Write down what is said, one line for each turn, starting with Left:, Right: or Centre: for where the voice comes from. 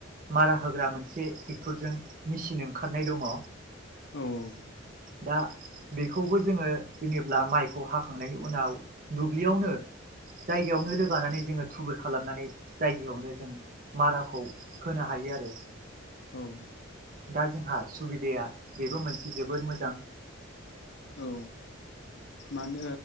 Right: मारा होग्रा मोनसे टेक्टरजों मेसिन ओंखारनाय दङ।
Left: औ औ
Right: दा बेखौबो जोङो जेनेब्ला माइखौ हाखांनायनि उनाव दुब्लियावनो जायगायावनो रोगानानै जोङो थुबुर खालामनानै जायगायावनो जों माराखौ होनो हायो आरो।
Left: औ ओ
Right: दा जोंहा सुबिदाया बेबो मोनसे जोबोर मोजां।
Left: औ मानो